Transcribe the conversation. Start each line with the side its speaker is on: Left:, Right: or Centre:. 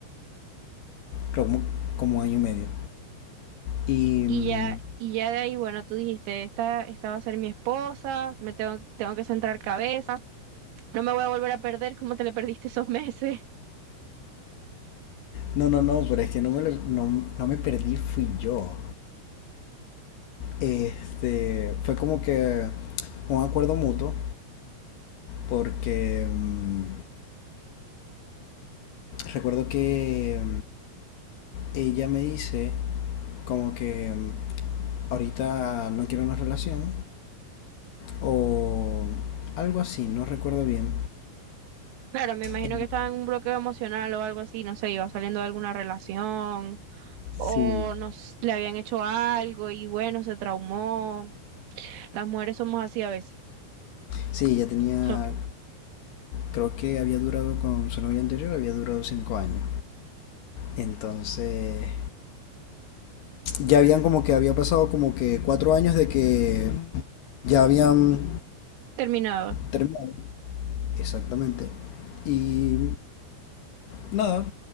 Left: creo como, como año y medio. Y...
Right: Y
Left: mm,
Right: ya, y ya de ahí, bueno, tú dijiste, esta, esta va a ser mi esposa, me tengo, tengo que centrar cabeza, no me voy a volver a perder como te le perdiste esos <laughs> meses.
Left: No, no, no, pero es que no me, lo- no, no me perdí, fui yo. Este, fue como que un acuerdo mutuo, porque mm, recuerdo que mm, ella me dice como que mm, ahorita no quiero una relación o algo así, no recuerdo bien.
Right: Claro, me imagino
Left: En-
Right: que estaba en un bloqueo emocional o algo así, no sé, iba saliendo de alguna relación
Left: Sí.
Right: o nos le habían hecho algo y bueno, se traumó. Las mujeres somos así a veces.
Left: Sí, ya tenía,
Right: So-
Left: creo que había durado con su novia anterior, había durado cinco años. Entonces, ya habían como que había pasado como que cuatro años de que ya habían
Right: Terminado.
Left: terminado. Exactamente. Y nada,